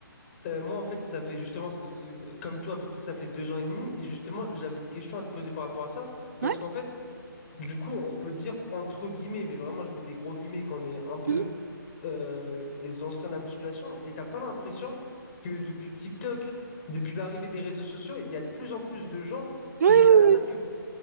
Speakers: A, on the left (about 35°); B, on the right (about 50°).
A: Euh, moi, en fait, ça fait justement, ça- c'est- comme toi, à peu près, ça fait deux ans et demi. Et justement, j'avais une question à te poser par rapport à ça. Parce
B: Ouais.
A: qu'en fait, du coup, on peut dire entre guillemets, mais vraiment, je mets des gros guillemets qu'on est un peu
B: Mhm.
A: euh, des anciens de la musculation et t'as pas l'impression que depuis TikTok, depuis l'arrivée des réseaux sociaux, il y a de plus en plus de gens qui
B: Oui,
A: viennent à la salle
B: oui,
A: que pour...